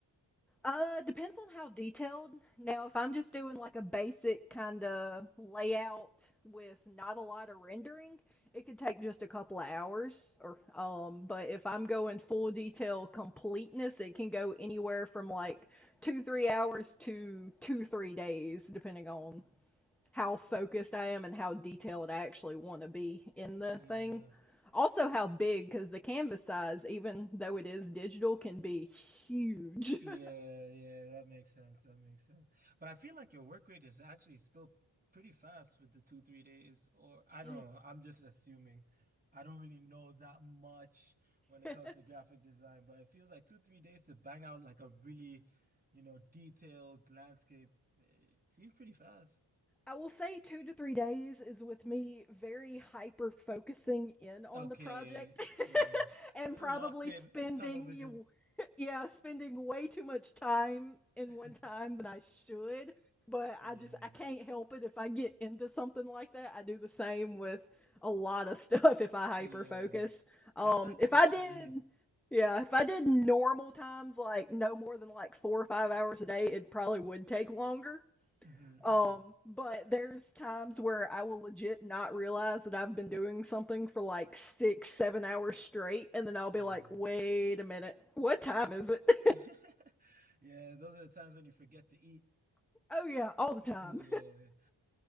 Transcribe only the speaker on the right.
Mhm.
Yeah.
Yeah,
yeah, that makes sense. That makes sense. But I feel like your work rate is actually still pretty fast with the two, three days, or I don't
know. I'm just assuming. I don't really know that much when it
comes to graphic design, but it feels like two, three days to bang out like a really, you know, detailed landscape. It seems pretty fast.
Okay,
yeah.
Uh,
Locked in,
tunnel vision.
<laughs>
Yeah,
yeah.
That's actually
me.
hmm
hmm
Yeah.
<laughs> Yeah, those are the times when you forget to eat.
Yeah.